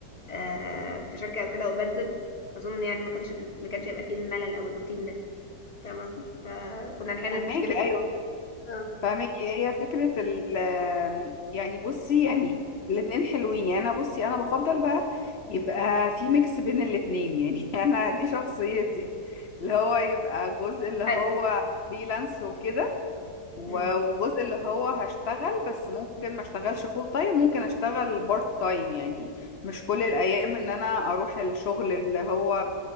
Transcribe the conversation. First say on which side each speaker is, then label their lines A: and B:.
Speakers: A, on the left (about 30°); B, on the left (about 60°).
A: آه، في شركة أو كده وبنزل أظن يعني ما كانش ما كانش هيبقى فيه الملل أو الروتين ده فاهم قصدي فكنا نحل
B: فاهماكي
A: المشكلة دي
B: ايوه
A: اه
B: فاهماكي هي فكرة ال يعني بصي يعني الاتنين حلوين يعني انا بصي انا بفضل بقى يبقى في ميكس بين الاتنين يعني <laughs> انا دي شخصيتي اللي هو يبقى جزء اللي هو
A: حلو
B: فريلانس وكده و-
A: امم
B: وجزء اللي هو هشتغل بس ممكن ما اشتغلش فول تايم ممكن اشتغل بارت تايم يعني مش كل الايام ان انا اروح الشغل اللي هو